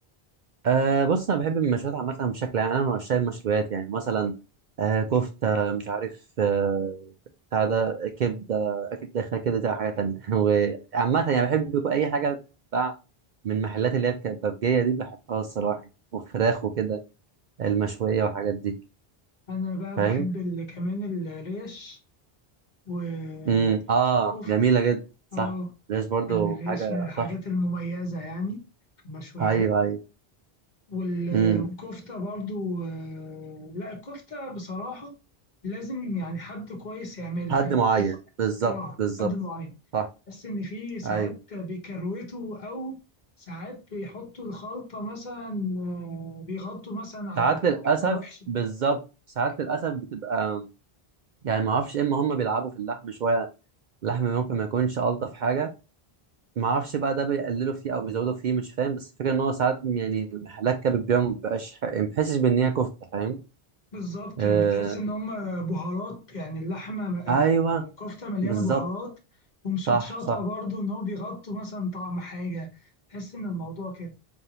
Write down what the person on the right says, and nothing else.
آه بص انا بحب المشويات عامه بشكل عام انا من عشاق المشويات يعني مثلا آه كفته مش عارف آه بتاع ده كبده اكيد داخله كده ده حاجه تانية <laughs> وعامه يعني بحب اي حاجه بتتباع من المحلات اللي هي الكبابجيه دي بحبها الصراحه يعني. وفراخ وكده المشويه والحاجات دي
فاهم
امم اه جميله جدا صح
ليش برضو
حاجه
تحفه
ايوه ايوه
امم
حد
معين
بالظبط
بالظبط
صح
ايوه
ساعات
للاسف
بالظبط ساعات للاسف بتبقى يعني ما اعرفش اما هم بيلعبوا في اللحم شويه اللحم ممكن ما يكونش الطف حاجه ما اعرفش بقى ده بيقللوا فيه او بيزودوا فيه مش فاهم بس الفكره ان هو ساعات يعني محلات كبد بيبيعوا ما بيبقاش ح- يعني ما بحسش بان هي كفته فاهم
آه
ايوه
بالظبط
صح صح